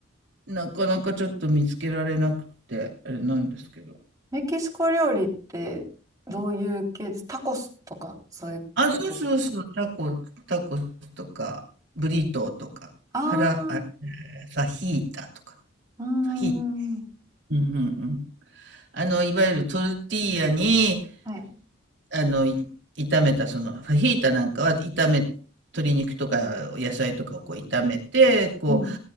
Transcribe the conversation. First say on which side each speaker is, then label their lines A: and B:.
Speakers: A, on the right; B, on the right.
A: なかなかちょっと見つけられなくて、あれなんですけど。
B: メキシコ料理ってどういう系ですタコスとかそういうことですか
A: あ、そうそうそう、タコ、タコスとか、ブリトーとか、
B: あ
A: 腹、
B: あー、
A: ファヒータとか。
B: ううんうん。
A: ファヒータうんうんうん。あの、いわゆるトルティーヤに、
B: はい。
A: あの、い炒めた、その、ファヒータなんかは炒め、鶏肉とか野菜とかをこう炒めて、こう、
B: うん。